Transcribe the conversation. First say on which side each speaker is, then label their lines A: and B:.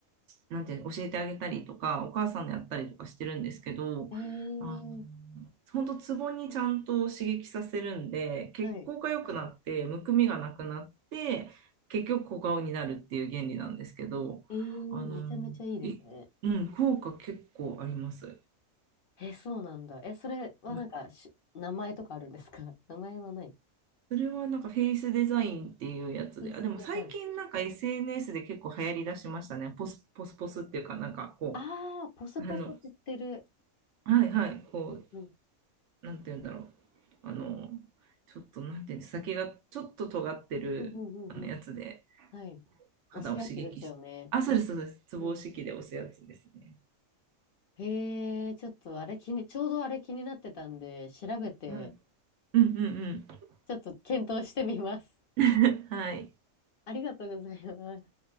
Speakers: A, on the right; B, on the left.
A: なんていうの、教えてあげたりとか、お母さんのやったりとかしてるんですけど、
B: えー、
A: あの、本当ツボにちゃんと刺激させるんで、血行が良くなって、
B: はい。
A: むくみがなくなって、結局小顔になるっていう原理なんですけど、
B: えー、
A: あの、
B: めちゃめちゃいいですね。
A: い、うん、効果結構あります。
B: え、そうなんだ。え、それはなんかし、
A: はい
B: 名前とかあるんですか <laughs> 名前はない。
A: それはなんかフェイスデザインっていうやつで、
B: ピースデザイン。
A: あ、でも最近なんか SNS で結構流行りだしましたね。ポス、ポスポスっていうか、なんかこ
B: ああ、ポスポス知ってる。
A: う、あの、はいはい、こ
B: うんうん
A: なんて言うんだろう。あの、ちょっと、なんて言うんです先がちょっと尖ってるあのやつで、
B: うんうんうんうん。はい。
A: 肌を刺激して。
B: 押すやつですよね。
A: あ、そうです、そうです。ツボ押し器で押すやつですね。
B: うん。へえ、ちょっとあれ気に、ちょうどあれ気になってたんで、調べて、
A: はい。うんうんう
B: ちょっと検討してみます。
A: ん。<laughs> はい。
B: ありがとうございます。